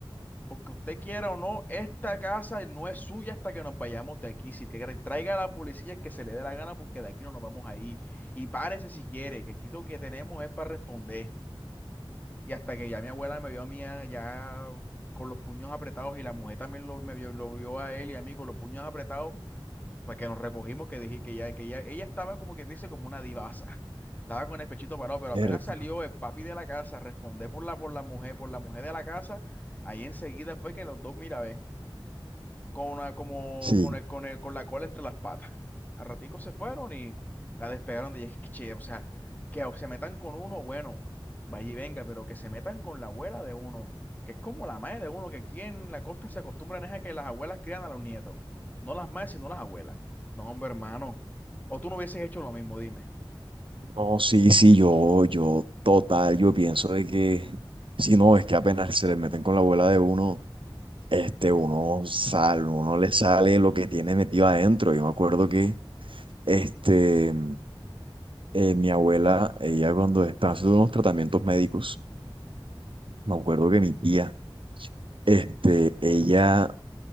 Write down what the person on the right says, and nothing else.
herda.
Sí.
No, sí, sí, yo, yo, total, yo pienso de que, si no, es que apenas se le meten con la abuela de uno, este, uno sale, uno le sale lo que tiene metido adentro. Yo me acuerdo que, este, eh, mi abuela, ella cuando estaba haciendo unos tratamientos médicos, me acuerdo que mi tía, este, ella,